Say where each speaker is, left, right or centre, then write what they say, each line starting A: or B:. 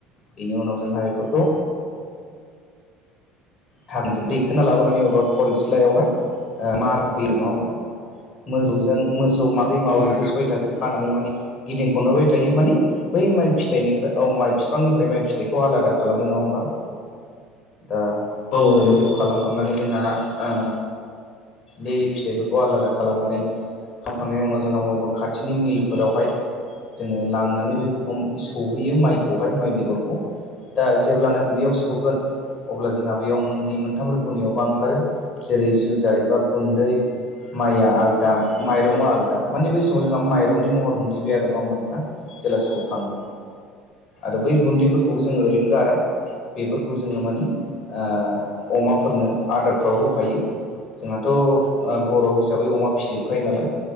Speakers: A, on the left; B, on the left.
A: बेनि उनाव जोंहा बेफोरखौ <unintelligible> दैखांना लाबोनानै अबेबा खनस्लायावहाय मार होफैयो नङा होमबा मोसौजों मोसौ माब्रै माबासो
B: औ नंगौ
A: सयथासो खानानै माने गिदिंख'नहोबाय थायो माने बै माइ फिथाइनिफ्राय औ माइ बिफांनिफ्राय माइ फिथाइखौ आलादा खालामनो नङा होमबा दा
B: औ नंगौ
A: बेफोरखौ
B: औ नंगौ
A: खालामखांनानै जोंहा ओ बै फिथाइफोरखौ आलादा खालामनानै खामखांनायनि उनाव जोंहा बबेबा खाथिनि मिलफोरावहाय जोङो लांनानै बैफोरखौ सौहैयो माइखौहाय माइ बेगरखौ दा जेब्लानाखि बेयाव सौगोन अब्ला जोंहा बेयाव मोननै मोनथाम रोखोमनियावबा ओंखारो जेरै जुजाइ बा गुन्दै माइया आलादा माइरङा आलदा माने बै समाव जोंहा माइरंनि महर मोनहैबाय आरो नङाहोमबा नोंथां जेब्ला सौखाङो आरो बै गुन्दैफोरखौबो जोङो ओरैनो गारा बेफोरखौ जों जोङो माने आ अमाफोरनो आदारफ्राव होफायो। जोंहाथ' अ बर' हिसाबै अमा फिसिजोबखायो नालाय